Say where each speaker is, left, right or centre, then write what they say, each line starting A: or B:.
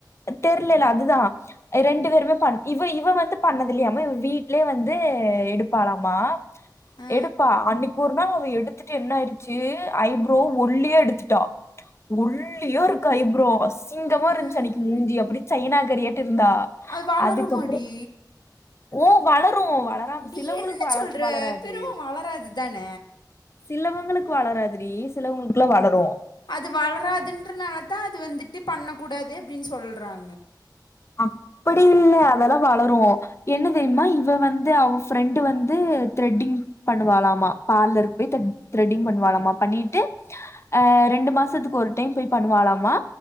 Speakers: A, on the left; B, on the left.
A: தெர்லேல அதுதா ரெண்டு பேருமே பண் இவ இவ வந்து பண்ணது இல்லியாம இவ வீட் லே வந்து எடுப்பாலாமா
B: ஆ
A: எடுப்பா அன்னிக் கொர்னா அவ எடுத்துட்டு என்ன ஆய்டுச்சு ஐப்ரோ ஒல்லியா எடுத்துட்டா ஒல்லியா இருக்கு ஐப்ரோ அசிங்கமா
B: ம்
A: இருஞ்சு அன்னிக்கு மூஞ்சி அப்டி சைனா கறியாட்ட இருந்தா
B: அது வளருமாடி
A: அதுக்கப்றோ ஓ வளரு வள வளராம
B: டி
A: சிலவங்களுக்கு
B: என்ன சொல்ற
A: வளராது
B: பிரருவோ வளராதுதான
A: சிலவங்களுக்கு வளராது டீ சிலவங்களுக்குல்லா வளரு
B: அது வளராதுன்றனால தா அது வந்துட்டு பண்ணக்கூடாது அப்டின் சொல்றாங்க
A: அ அப்டி இல்ல அதெல்லா வளரு என்ன தெரியுமா இவ வந்து அவ ஃப்ரெண்டு் வந்து த்ரெட்டிங் பண்ணுவாலாமா பார்லருக்கு போய் த்ரெட் த்ரெட்டிங் பண்ணுவாலாமா பண்ணிட்டு ஆ ரெண்டு மாசத்துக்கு ஒரு டைம் போய் பண்ணுவாலாமா